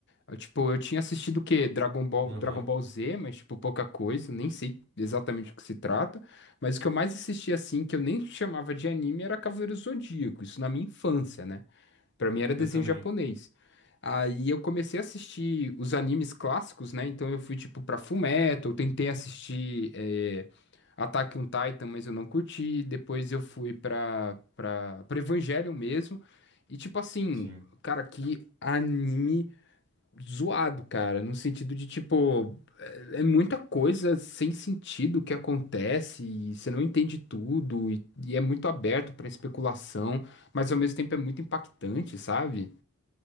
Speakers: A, on the left; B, on the right.
A: Eu, tipo, eu tinha assistido o quê? Dragon Ball,
B: Aham.
A: Dragon Ball Z, mas, tipo, pouca coisa, nem sei exatamente o que se trata. Mas o que eu mais assistia, assim, que eu nem chamava de anime, era Cavaleiro Zodíaco, isso na minha infância, né? Pra mim era
B: Eu
A: desenho
B: também,
A: japonês. Aí eu comecei a assistir os animes clássicos, né? Então eu fui tipo pra Fullmetal, tentei assistir é, Attack on Titan, mas eu não curti. Depois eu fui pra, pra, pra Evangelion mesmo. E tipo assim,
B: sim.
A: cara, que anime zoado, cara, no sentido de tipo, é é muita coisa sem sentido que acontece e você não entende tudo e, e é muito aberto pra especulação, mas ao mesmo tempo é muito impactante, sabe?